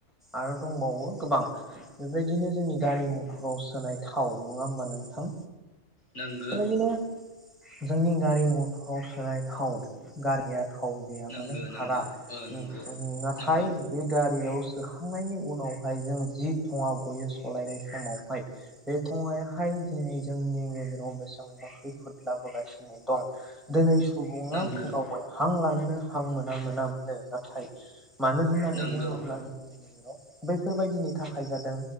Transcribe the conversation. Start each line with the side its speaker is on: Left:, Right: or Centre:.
Centre: आरो दंबावो गोबां बेबायदिनो जोंनि गारि मथराव सोनाय थाव नङा होमबा नोंथां?
Left: नोंगो
Centre: आरोबिनो जोंनि गारि मथर सोलाय थाव गारियाथ थाव गैयाबानो
Left: नोंगो नोंगो
Centre: खारा
Left: ओ नोंगो
Centre: उम्म नाथाय
Left: नंगौ
Centre: बे गारियाव सोखांनायनि उनावहाय जों जि थङा गयो सलायनाय समावहाय बे थङायाहाय दिनै जोंनि गेजेराव बेसेबांबा खैफोद लाबोगासिनो दं दोनै सुबुङा
Left: नोंगो
Centre: गागाय हां लानोनो हां मोना मोना मोनो नाथाय मानो होननानै
Left: नोंगौ
Centre: बुङोब्ला जोंनि गेजेराव बै बेफोरबायदिनि थाखाय जादों